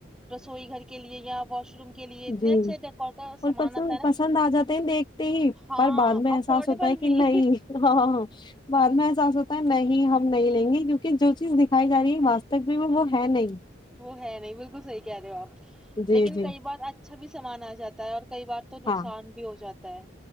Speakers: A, in the centre; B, on the left.
A: رسوئی گھر کے لیے یا واش روم۔۔۔ کے لیے اتنے
B: جی
A: اچھے ڈیکور کا
B: اور
A: سامان
B: پس
A: آتا ہے
B: پسند
A: نا
B: آ جاتے ہیں دیکھتے ہی
A: ہاں
B: پر بعد میں احساس
A: افورڈیبل
B: ہوتا ہے کہ
A: بھی
B: نہیں ہاں بعد میں احساس ہوتا نہیں ہم نہیں لیں گے کیونکہ جو چیز دکھائی جا رہی ہے واستوی میں وہ ہے نہیں
A: وہ ہے نہیں بالکل صحیح کہہ رہے ہو آپ
B: جی
A: لیکن
B: جی
A: کئی بار اچ اچھا بھی سامان آ جاتا ہے اور کئی بار تو نقصان
B: ہاں
A: بھی ہو جاتا ہے